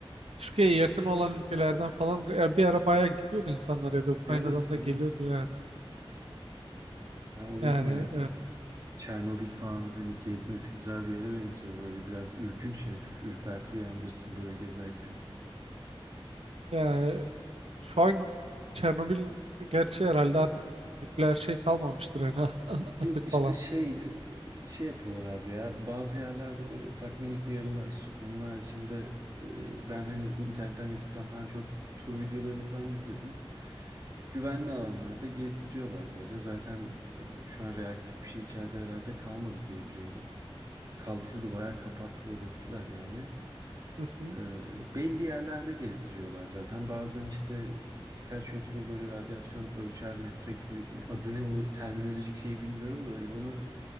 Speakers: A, on the right; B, on the right.
A: Türkiye'ye yakın olan ülkelerden falan ya, bir ara bayağı gidiyordu insanlar ya da Ukrayna'dan
B: Evet, evet.
A: da geliyordu yani.
B: Ben orayı
A: Yani
B: da merak ediyorum. Çernobil falan hani gezmesi güzel bir yere benziyor. Böyle biraz ürkünç, hafif ürperti uyandırsın böyle gezerken.
A: e, yani şu an Çernobil gerçi herhalde artık nükleer şey kalmamıştır yani <laughs>
B: Yok
A: atık
B: işte
A: falan.
B: şey şey yapıyorlar abi ya. Bazı yerlerde böyle ufak minik uyarılar. Onun haricinde e, ben hani internetten, YouTube'dan falan çok tur videolarını falan izledim. Güvenli alanlarda gezdiriyorlar böyle. Zaten e, şu an reaktif bir şey içeride herhalde kalmadı diye biliyorum. Kaldıysa da bayağı kapattılar ettiler yani.
A: <laughs>
B: Ee, belli yerlerde gezdiriyorlar zaten. Bazen işte birkaç YouTuber böyle radyasyon ölçer metre gibi adı ne o terminolojik şeyi bilmiyorum da hani onu